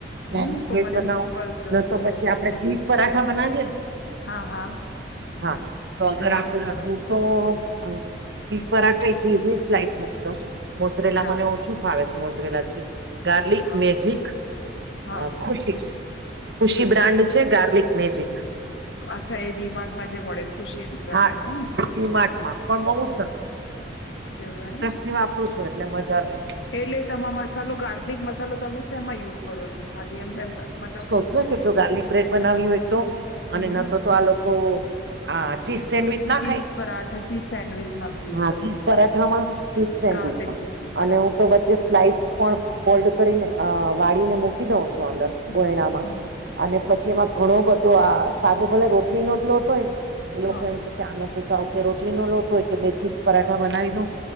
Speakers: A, on the right (about 70°); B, on the left (about 80°).
A: ગાર્લિક
B: એમ તો
A: બ્રેડ
B: મને
A: બનાવો
B: મોકલજો
A: ન
B: ફોટો
A: તો પછી
B: મોકલ
A: આપડે ચીઝ પરાઠા બનાવીયે ને?
B: હા હા.
A: હા તો અગર
B: એમાં
A: આપડે
B: બી સરસ
A: હું
B: લાગતું
A: તો
B: હશે
A: અ ચીઝ પરાઠા એક ચીઝની સ્લાઇસ મુંકી દઉ મોઝરેલા
B: બરાબર
A: મને ઓછું ફાવે છે, મોઝરેલા ચીઝ, ગાર્લિક
B: હા
A: મેજિક
B: હા
A: અ ખુશીસ ખુશી
B: અચ્છા
A: બ્રાન્ડ છે, ગાર્લિક મેજિક.
B: અચ્છા એ ડીમાર્ટ માં જે મળે ખુશી બ્રાડનું
A: હા
B: એમ ને?
A: ડીમાર્ટમાં પણ બહુ
B: એવું એમ?
A: તે વાપરું છું એટલે મજા લેમ
B: એટલે તમા મસાલો, ગાર્લિક મસાલો તમે શેમાં યુઝ કરો છો? ખાલી એમ એમ મતલબ
A: પકવે કે જો ગાર્લિક બ્રેડ બનાવી હોય તો અને
B: હમ
A: ના તો તો આ લોકો આ ચીઝ સેન્ડવીચના
B: ચીઝ
A: ખાય
B: પરાઠા ચીઝ સેન્ડવીચમાં બી યુઝ
A: હા
B: કરી
A: ચીઝ પરાઠામાં
B: હા
A: ચીઝ, સેન્ડવીચમાં
B: ગાર્લિક છે બરાબર
A: અને હું તો વચ્ચે સ્લાઈસ પણ કોલ્ડ કરીને અ વાળીને મૂકી દઉ છું અંદર
B: હમ
A: ગોયણામાં
B: હમ
A: અને પછી એમાં ઘણો બધો આ સાદો ભલે રોટલી નો જ લોટ ઓય ન, એ લોકો
B: હા
A: એમ કે કે આ નથી ખાઉ કે રોટલીનો લોટો ઓય કે બે ચીઝ પરાઠા બનાવી દઉ?